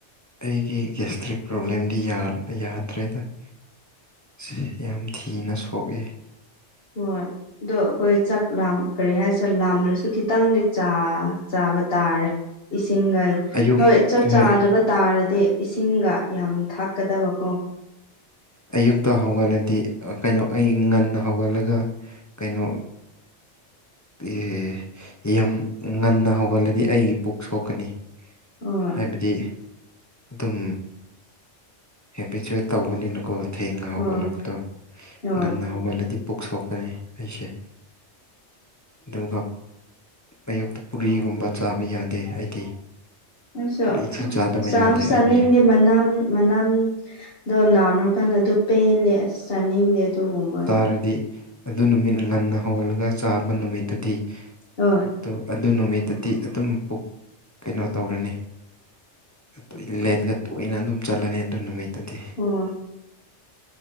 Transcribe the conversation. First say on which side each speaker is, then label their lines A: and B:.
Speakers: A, on the left (about 20°); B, on the left (about 55°).
A: ꯑꯩꯒꯤ ꯒꯦꯁꯇ꯭ꯔꯤꯛ ꯄ꯭ꯔꯣꯕ꯭ꯂꯦꯝꯗꯤ ꯌꯥꯝꯅ ꯌꯥꯗ꯭ꯔꯦꯗ ꯁꯤ ꯌꯥꯝ ꯊꯤꯅ ꯁꯣꯛꯑꯦ
B: ꯍꯣꯏ ꯑꯗꯣ ꯑꯩꯈꯣꯏ ꯆꯥꯛ ꯂꯥꯝ ꯀꯔꯤ ꯍꯥꯏꯁꯤꯔꯦ ꯂꯥꯝꯔꯁꯨ ꯈꯤꯇꯪꯗꯤ ꯆꯥ ꯆꯥꯕ ꯇꯥꯔꯦ ꯏꯁꯤꯡꯒꯥꯏ
A: ꯑꯌꯨꯛ
B: ꯍꯣꯏ ꯆꯥꯛ ꯆꯥꯗ꯭ꯔꯕ
A: ꯍꯣꯏ
B: ꯇꯥꯔꯗꯤ ꯏꯁꯤꯡꯒ ꯌꯥꯝ ꯊꯥꯛꯀꯗꯕ ꯀꯣ
A: ꯑꯌꯨꯛꯇ ꯍꯧꯒꯠꯂꯗꯤ ꯑꯀꯩꯅꯣ ꯑꯩ ꯉꯟꯅ ꯍꯧꯒꯠꯂꯒ ꯀꯩꯅꯣ ꯏꯍꯦ ꯌꯝ ꯉꯟꯅ ꯍꯧꯒꯠꯂꯗꯤ ꯑꯩꯒꯤ ꯄꯨꯛ ꯁꯣꯛꯀꯅꯤ
B: ꯍꯣꯏ
A: ꯍꯥꯏꯕꯗꯤ ꯑꯗꯨꯝ ꯍꯦꯕꯤꯆꯨꯌꯦꯠ ꯇꯧꯕꯅꯤꯅꯀꯣ ꯊꯦꯡꯅ ꯍꯧꯒꯠꯂꯛꯄꯗꯣ
B: ꯍꯣꯏ ꯍꯣꯏ
A: ꯉꯟꯅ ꯍꯧꯒꯠꯂꯗꯤ ꯄꯨꯛ ꯁꯣꯛꯀꯅꯤ ꯑꯩꯁꯦ ꯗꯨꯒ ꯑꯌꯨꯛꯇ ꯄꯨꯔꯤꯒꯨꯝꯕ ꯆꯥꯕ ꯌꯥꯗꯦ ꯑꯩꯗꯤ
B: ꯑꯩꯁꯨ
A: ꯀꯔꯤꯁꯨ ꯆꯥꯗꯕ
B: ꯆꯥꯁꯨ
A: ꯌꯥꯗꯦ
B: ꯆꯥꯅꯤꯡꯗꯦ
A: ꯑꯩꯗꯤ
B: ꯃꯅꯝ ꯃꯅꯥꯝꯗꯣ ꯅꯥꯝꯔꯀꯥꯟꯗ ꯑꯗꯨ ꯄꯦꯜꯂꯦ ꯑꯁ ꯆꯥꯅꯤꯡꯗꯦ ꯑꯗꯨꯒꯨꯝꯕ ꯑꯩ
A: ꯔꯗꯤ ꯑꯗꯨ ꯅꯨꯃꯤꯠ ꯉꯟꯅ ꯍꯧꯒꯜꯂꯒ ꯆꯥꯕ ꯅꯨꯃꯤꯠꯇꯨꯗꯤ
B: ꯑꯣꯏ
A: ꯇꯨ ꯑꯗꯨ ꯅꯨꯃꯤꯠꯇꯨꯗꯤ ꯑꯗꯨꯝ ꯄꯨꯛ ꯀꯩꯅꯣ ꯇꯧꯔꯅꯤ ꯇꯣꯏꯂꯦꯠꯒ ꯇꯣꯏꯅ ꯑꯗꯨꯝ ꯆꯠꯂꯅꯤ ꯑꯗꯨ ꯅꯨꯃꯤꯠꯇꯨꯗꯤ
B: ꯑꯣ